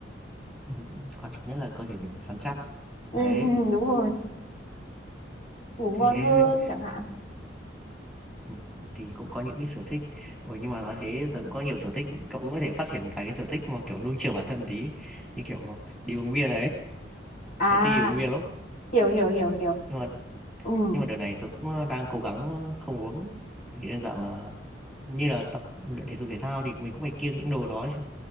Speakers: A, in the centre; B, on the left (about 50°).
A: ừm, ừm. Quan trọng nhất là cơ thể mình phải săn chắc. Đấy.
B: ừ, <laughs> đúng rồi ngủ
A: Thế
B: ngon hơn
A: mới-
B: chẳng hạn
A: ừ, thì cũng có những cái sở thích. Ủa nhưng mà nói thế tớ cũng có nhiều sở thích, cậu cũng có thể phát triển một vài cái sở thích mà kiểu nuôi chiều bản thân tí, như kiểu đi uống bia này ấy.
B: à
A: Tớ thích đi uống bia lắm.
B: hiểu hiểu hiểu hiểu
A: Nhưng mà
B: ừ
A: nhưng mà đợt này tớ cũng ờ, đang cố gắng ờ, không uống vì đơn giản là như là tập luyện thể dục thể thao thì mình cũng phải kiêng những đồ đó chứ,